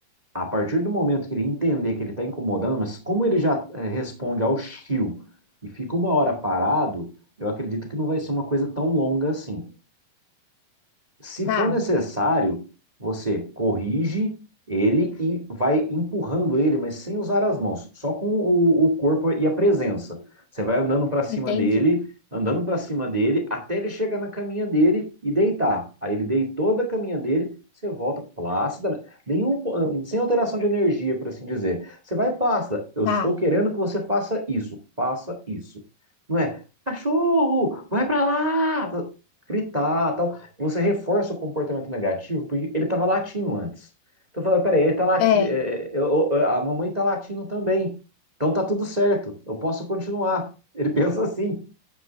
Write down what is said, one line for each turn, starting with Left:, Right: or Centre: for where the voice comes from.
Right: A partir do momento que ele entender que ele está incomodando, mas como ele já eh, responde ao chiu e fica uma hora parado, eu acredito que não vai ser uma coisa tão longa assim. Se
Left: Tá,
Right: for necessário, você corrige ele e vai empurrando ele, mas sem usar as mãos, só com o, o corpo e a presença. Você vai andando para cima
Left: entendi.
Right: dele, andando para cima dele, até ele chegar na caminha dele e deitar. Aí ele deitou da caminha dele, você volta plácidamente, nenhum, sem alteração de energia, por assim dizer. Você vai plácida. Eu
Left: Tá,
Right: estou querendo que você faça isso, faça isso. Não é, cachorro, vai para lá, tá, gritar, tal você reforça o comportamento negativo porque ele estava latindo antes. Então eu falei, peraí, ele tá latindo,
Left: é,
Right: é, é, eu- eu- a mamãe tá latindo também. Então tá tudo certo, eu posso continuar. Ele <laughs> pensa assim.